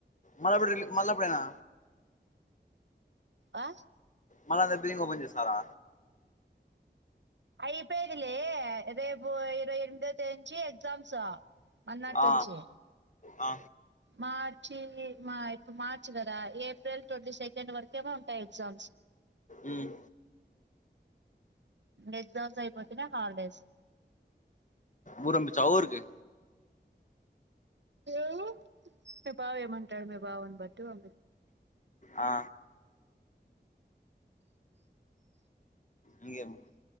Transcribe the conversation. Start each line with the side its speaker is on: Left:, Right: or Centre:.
Left: మళ్లప్పుడి మళ్లప్పుడనా
Right: ఆ
Left: మళ్ళంత ప్రీంగ ఓపెన్ చేస్తారా
Right: అయిపోయిది లే రేపు ఇరవై ఎనిమిదో తేదంచి ఎగ్జామ్స్ అన్నాటుంచి
Left: ఆ, ఆ,
Right: మార్చి మా ఇప్పుడు మార్చి కదా ఏప్రిల్ ట్వంటీ సెకండ్ వరకేమో ఉంటాయి ఎగ్జామ్స్
Left: ఉమ్
Right: ఎగ్జామ్స్ అయిపోతేనే హాలిడేస్
Left: ఊరంమి చా ఊరుకి
Right: ఏమో ఎ భావ ఏమంటాడ భావని బట్ట అ
Left: ఆ ఇంకేం